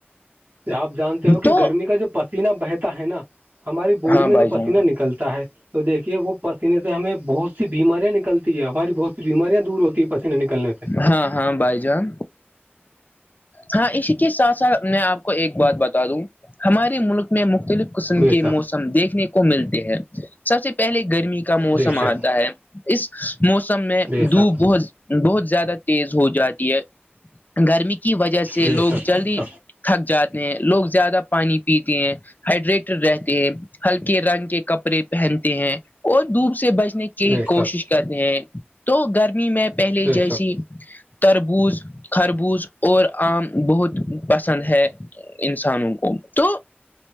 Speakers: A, on the right; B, on the left.
A: آپ جانتے ہو کہ
B: تو
A: گرمی کا جو پسیینہ بہتا ہے نا ہماری باڈی
B: ہاں
A: میں
B: بھائی
A: جو پسینہ
B: جان
A: نکلتا ہے تو دیکھیے وہ پسینے سے ہمیں بہت سی بیماریاں نکلتی ہے ہماری بہت سی بیماریاں دور ہوتی ہے پسینے نکلنے سے
B: ہاں ہاں بائی جان ہاں اسی کے ساتھ ساتھ ایک بات بتا دوں ہمارے ملک میں مختلف قسم
A: بے شک
B: کے موسم دیکھنے کو ملتے ہیں سب سے پہلے گرمی کا موسم
A: بے
B: آتا
A: شک
B: ہے اس موسم میں
A: بے
B: دھوپ
A: شک
B: بہت بہت زیادہ تیز ہو جاتی ہے گرمی کی وجہ سے
A: بے
B: لوگ
A: شک
B: جلدی تھک جاتے ہیں لوگ زیادہ پانی پیتے ہیں ہائڈریٹڈ رہتے ہیں ہلکے رنگ کے کپڑے پہنتے ہیں اور دھوپ سے بچنے کی
A: بے
B: کوشش
A: شک
B: کرتے ہیں تو گرمی میں پہلے
A: بے
B: جیسی
A: شک
B: تربوز خربوز اور آم بہت پسند ہے انسانوں کو تو